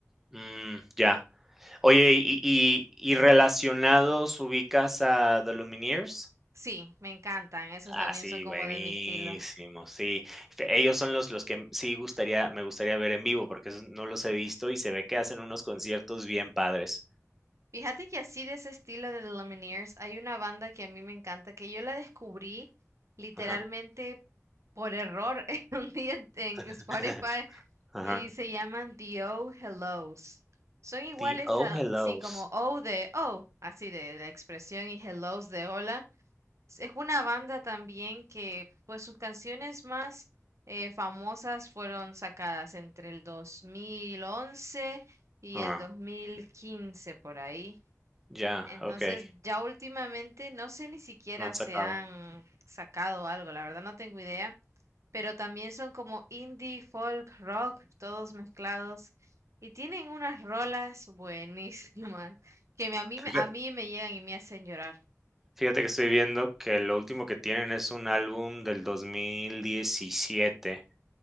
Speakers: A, in the centre; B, on the right.
A: Mm, ya. Oye, y y y relacionados, ¿ubicas a The Lumineers?
B: Sí, me encantan, esos
A: Ah,
B: también
A: sí,
B: son como
A: buenísimo,
B: de mi estilo.
A: sí. Fe ellos son los los que, mm, sí gustaría me gustaría ver en vivo, porque esos no los he visto y se ve que hacen unos conciertos bien padres.
B: Fíjate que así de ese estilo de The Lumineers hay una banda que a mí me encanta, que yo la descubrí literalmente
A: Ajá.
B: por error <laughs> en un día en en Spotify
A: <laughs> Ajá.
B: y se llaman The Oh Hellos. Son iguales
A: The Oh Hellos.
B: así como Oh de Oh, así de, la expresión y Hellos de Hola. Es una banda también que, pues sus canciones más eh, famosas fueron sacadas entre el 2011 y
A: Ajá.
B: el 2015 por ahí.
A: Ya,
B: Entonces
A: okey,
B: ya últimamente no sé ni siquiera
A: no han
B: se
A: sacado.
B: han sacado algo, la verdad no tengo idea pero también son como indie, folk, rock, todos mezclados. Y tienen unas rolas buenísimas que me- a mí, me-
A: Fija
B: a mí me llegan y me hacen llorar.
A: fíjate que estoy viendo que lo último que tienen es un álbum del 2017,